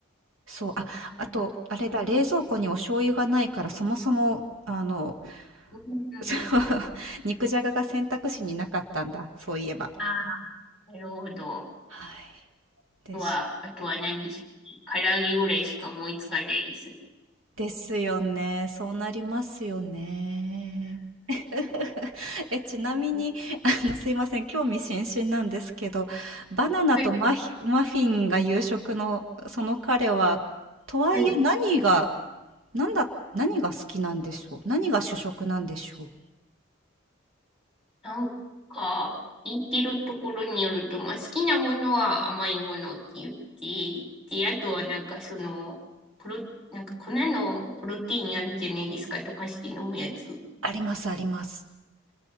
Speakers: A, on the right; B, in the centre.
A: そう、あ、
B: なんか、
A: あと、あれだ、冷蔵庫にお醤油がないから、そもそも、あの、
B: うん、うん。
A: そう <laughs>、肉じゃがが選択肢になかったんだ、そういえば。
B: あー、なるほど。
A: はい。です。
B: とは、あとは何ですかね。唐揚げぐらいしか思いつかないですね。
A: ですよね。そうなりますよね。<laughs> え、ちなみに、あの、すいません、興味津々なんですけど、バナナとマヒ、
B: はい。
A: マフィンが夕食の、その彼は、とはいえ何が、
B: はい
A: なんだ、何が好きなんでしょう何が主食なんでしょう
B: なんか、言ってるところによると、まあ、好きなものは甘いものって言って、で、あとはなんかその、プロ、なんか粉のプロテインあるじゃないですか、溶かして飲むやつ。
A: あります、あります。